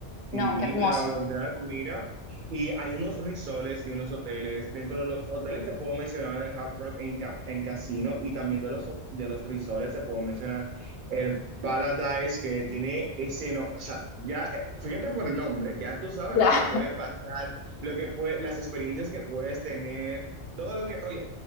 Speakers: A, on the right; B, on the left.
A: Sí,
B: No, qué hermoso.
A: la verdad, mira. Y hay unos resorts y unos hoteles. Dentro de los hoteles te puedo mencionar el Hard Rock en, ca- en casino y también de los, ho- de los resorts te puedo mencionar el Paradise que tiene ese no, o sea, ya, eh, fíjate por el nombre, ya tú sabes
B: Claro.
A: lo que puede pasar, lo que puede, las experiencias que puedes tener, todo lo que, oye,